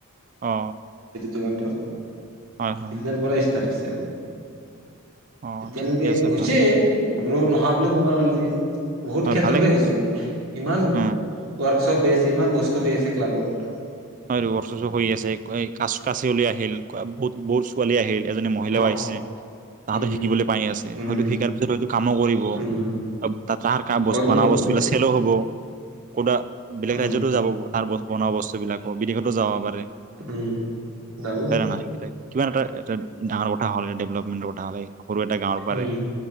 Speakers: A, on the right (about 35°); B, on the right (about 80°).
A: অ
B: যুগান্তৰ।
A: হয় হয়
B: তিনিদনৰ পৰা। চাৰছেয়
A: অ
B: তিয়ালকে
A: ঠিকে আছে
B: হৈছে
A: ভাল
B: ৰ নহা বুলি ক'ব নোৱাৰি
A: হয়
B: ক্ষেত্ৰতে
A: ভালেখিনিতো
B: হৈছে ইমান
A: অ
B: সব হৈ আছে ইমান বস্তু হৈ আছে ক্লাবত
A: হয় ৰৰ চচ হৈ আছে কা কাচি হলি আহিল বহুত বহুত ছোৱালী আহিল এজনী মহিলাও
B: অ
A: আহিছে তাহাঁতো
B: উম
A: শিকিবলৈ পাই আছে
B: উম
A: হয়তো শিকাৰ পিছত হয়তো কামো কৰিব
B: উম
A: তাত তাহাৰ ক
B: কৰিব
A: বন
B: কৰিব
A: বস্তুবিলাক
B: নিশ্চয়
A: চেলো হব কটা বেলেগ
B: উম
A: ৰাজ্যতো যাব তাৰ্ত বনোৱা বস্তু বিলাক অবিদশতো যাব পাৰে
B: উম যাব
A: খ নাই এতিয়া কিমান এটা এটো ডাঙৰ কথা হ ডেভেলপমেট কথা হ সৰু এটা গাঁৱৰ
B: উম
A: পাৰে